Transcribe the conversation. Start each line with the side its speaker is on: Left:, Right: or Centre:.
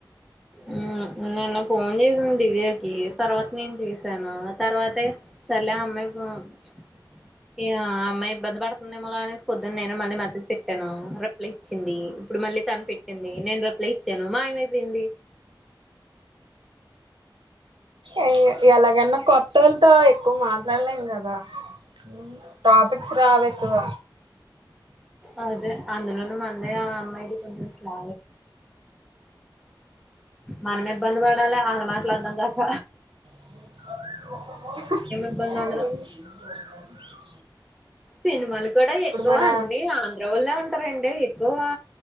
Centre: ఉమ్ నన్నాఫ్ ఫోన్ జేసింద్ దివ్యాకి. తర్వాత నేన్ జేసాను తర్వాతే సర్లే ఆ అమ్మాయ్ ఫో చ్ ఏ అ అమ్మాయ్ ఇబ్బంది పడుతుందేమోలే అనేసి పొద్దున్ నేనే మళ్ళీ మెసేజ్ పెట్టాను రిప్లై ఇచ్చింది. ఇప్పుడు మళ్ళీ తను పెట్టింది. నేను రిప్లై ఇచ్చాను. మాయమై. పేంది
Right: ఎ ఎలాగన్న కొ ట్టోల్తో ఎక్కువ్ మాట్లాల్లేం కద. ఉమ్ టాపిక్స్ రావెక్కువ.
Centre: అదె అందులోను మన్ దే ఆ అమ్మాయ్డి కొంచెం స్లా మనమె ఇబ్బంది పడాలె ఆడ మాట్లా అర్దం గాక.
Right: ఈ
Centre: ఇబ్బంది ఉండదు సినిమాలు కూడా ఎక్కువ
Right: మన
Centre: అన్ని ఆంధ్ర వాళ్ళె ఉంటారండె ఎక్కువా